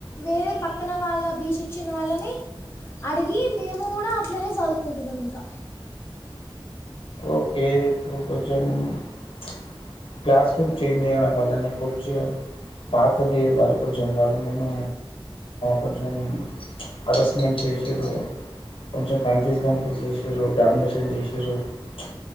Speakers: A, on the left; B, on the left.
A: వేరే పక్కన వాళ్ళ బీ సెక్షన వాళ్ళని అడిగి మేము కూడా అట్లనే చదువుకుంటున్నాం ఇంకా.
B: ఓకే ఇప్పుడు కొంచెం చ్ క్లాస్ రూమ్ చేంజ్ చేయడం వల్లనే కొంచెం పాత తీదు వాళ్ళు కొంచెం వాళ్ళు నేను కొంచెం హరస్మెంట్ చేసిరు. కొంచెం కన్ఫ్యూజ్ కన్ఫ్యూజ్ చేసిరు. డామినేషన్ చేసిరు. చ్